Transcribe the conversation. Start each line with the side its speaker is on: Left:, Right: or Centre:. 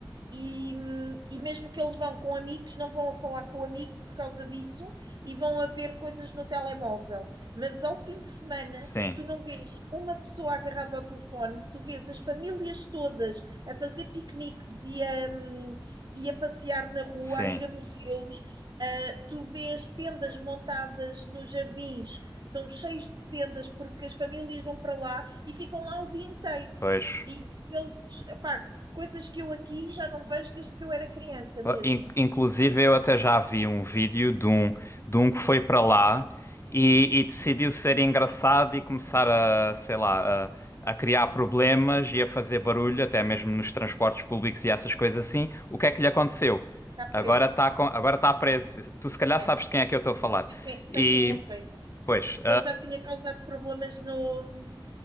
Right: E, hum, e mesmo que eles vão com amigos, não vão a falar com o amigo por causa disso e vão a ver coisas no telemóvel. Mas ao fim de semana
Left: sim,
Right: Tu não vês uma pessoa agarrada ao telefone, tu vês as famílias todas a fazer piqueniques e a, hum, e a passear na rua,
Left: sim,
Right: a ir a museus, ah, tu vês tendas montadas nos jardins, estão cheios de tendas porque as famílias vão para lá e ficam lá o dia inteiro.
Left: pois.
Right: E eles, pá, coisas que eu aqui já não vejo desde que eu era criança mesmo.
Left: Ah, In- Inclusive, eu até já vi um vídeo de um, de um que foi para lá e, e decidiu ser engraçado e começar a, sei lá, a, a criar problemas e a fazer barulho, até mesmo nos transportes públicos e essas coisas assim. O que é que lhe aconteceu?
Right: Está
Left: Agora
Right: preso.
Left: está agora tá preso. Tu, se calhar,
Right: É,
Left: sabes de quem é que eu estou a falar.
Right: sei quem, sei
Left: E,
Right: quem é, sei.
Left: pois,
Right: Ele já tinha causado problemas no,